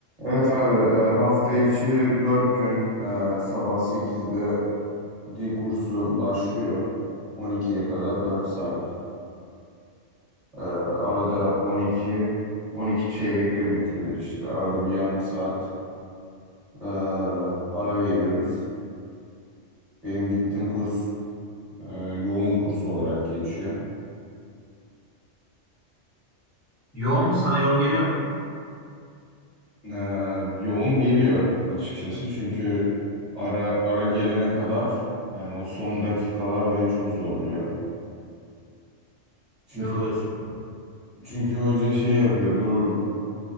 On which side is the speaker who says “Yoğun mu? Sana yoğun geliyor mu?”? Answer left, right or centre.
Left